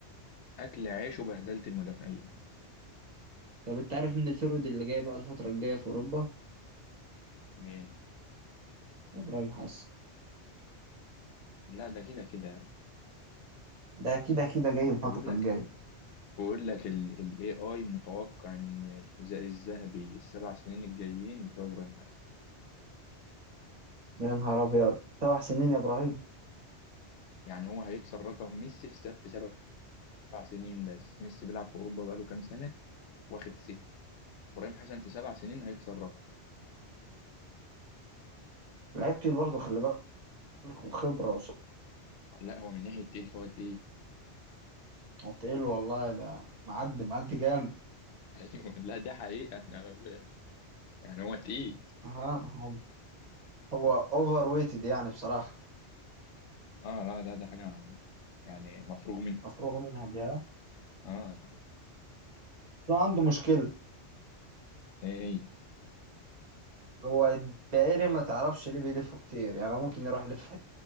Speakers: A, on the left (about 75°); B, on the right (about 40°).
A: اكل عيش وبهدلت المدافعين
B: طب انت عارف من الفرود اللي جاي بقى الفترة الجاية في اوروبا
A: إيه؟
B: ابراهيم حسن
A: لا ده كده كده يا ابني
B: ده كده كده جاي الفترة
A: طب بقول لك
B: الجاية
A: بقول لك ال AI متوقع ان الحذاء الذهبي السبع سنين الجايين بتوع ابراهيم حسن
B: يا نهار ابيض سبع سنين يا ابراهيم
A: يعني هو هيكسر رقم ميسي في سب- في سبع سنين بس ميسي بيلعب في اوروبا بقاله كام سنة واخد ست ابراهيم حسن في سبع سنين هيكسر رقم
B: لعيب تقيل برضه خلي بالك وخبرة وص-
A: لا هو من ناحية تقيل فهو تقيل
B: وتقيل والله ده معدي معدي جامد
A: <laughs> ايوه لا ده حقيقة احنا يعني هو تقيل
B: ها هو هو اوفر ويتد يعني بصراحة
A: اه لا لا ده حاجة يعني مفروغ من
B: مفروغ منها دي ها
A: اه
B: شو عنده مشكلة
A: ايه ايه
B: هو الدائري ما تعرفش ليه بيلفه كتير يعني هو ممكن يروح يلف في